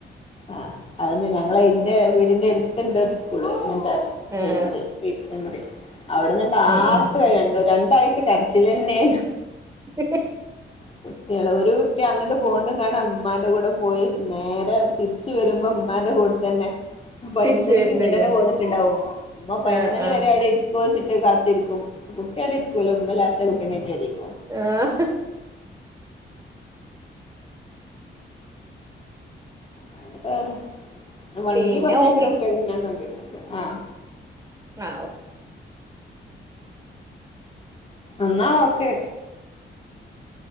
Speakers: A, on the left; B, on the right.
A: ആ അതന്നെ ഞങ്ങള് എന്റെ വീടിന്റെ എടുത്ത്ണ്ട് ഒരു സ്കൂള് ഇങത്തെ
B: ആഹ്
A: പ്രൈമറി പ്രീ പ്രൈമറി അവിടെന്ന്ണ്ട്
B: ഉം
A: ആർത്ത്
B: ഉം
A: കരയിണ് രണ്ട് രണ്ടാഴ്ച കര ചിലര്ന്നെ
B: ഹി ഹി
A: കുട്ടികള് ഒരു കുട്ടി അങ്ങോട്ട് പോക്ണ് കാണാ ഉമ്മാൻ്റെ കൂടെ പോയി നേരെ തിരിച്ച് വെരുമ്പം ഉമ്മാൻ്റെ കൂട തന്നെ പതിനൊന്നണിക്ക്
B: തിരിച്ച് വരുന്നേക്കാരം
A: ഇങ്ങട്ടെന്നെ പോന്നിട്ടുണ്ടാവും ഇമ്മ പതിനൊന്നണി
B: ആഹ് ആഹ്
A: വരെ അവിടെ ഇരിക്ക്യാച്ചിട്ട് കാ രിക്കും കുട്ടിയാടെ ഇരിക്കൂല്ലോ ഉമ്മ ലാസ്റ്റ് കുട്ടിനെട്ടിരിക്കും
B: ആഹ്
A: അങ്ങനക്കെ വണ്ടി
B: പിന്നെ
A: പറഞ്ഞെക്കലൊക്കാണ്
B: ഓക്കെ
A: ഞാൻ കണ്ടിട്ടിണ്ട് ആ
B: ആ ഓക്കെ
A: എന്നാ ഓക്കെ